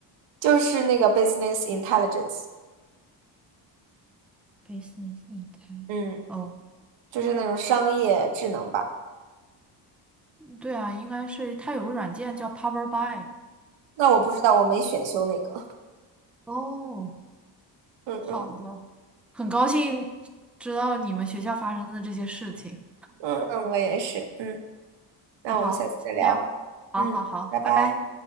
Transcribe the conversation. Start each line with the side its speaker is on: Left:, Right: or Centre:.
Right: 就是那个 business intelligence，
Centre: Business Intelligence。
Right: 嗯，
Centre: 哦，
Right: 就是那种商业智能吧。
Centre: 对啊，应该是它有个软件叫 Power BI。
Right: 那我不知道，我没选修那个。
Centre: 哦，
Right: <laughs> 嗯嗯
Centre: 好的，很高兴知道你们学校发生的这些事情。
Right: 嗯嗯，我也是。嗯，那我们下次再聊。
Centre: 那好，先这样，好好好，
Right: 嗯，拜拜。
Centre: 拜拜。